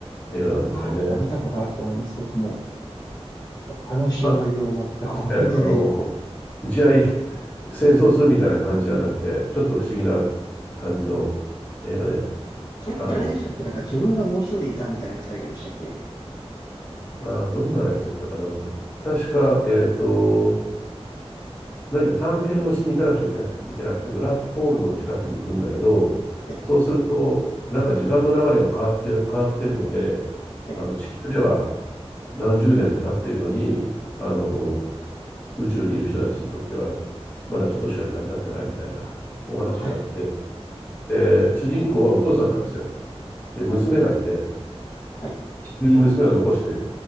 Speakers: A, on the left; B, on the left.
A: 映画なんですよね。
B: あー、なんか見たことあると思います、僕も。話の内容全く覚えてないんですけど。
A: あ、え、あの、打ち合い、戦争するみたいな感じじゃなくて、ちょっと不思議な感じの映画で、
B: これってあれでしたっけだから自分がもう一人いたみたいな最後でしたっけ
A: あの、あー、どんなやつだったかな。確か、えっと、何か探検をしに行かなくちゃいけなくいけなくて、ブラックホールの近くに行くんだけど、
B: はい、
A: そうすると、なんか時間の流れが変わってる、変わってるので、
B: はい、
A: あの地球では何十年も経っているのに、あの宇宙にいる人たちにとっては、まだちょっとしか時間経ってないみたいなお話があって、
B: はい、
A: で、主人公はお父さんなんですよ。で、娘がいて、
B: はい、
A: 地球に娘を残して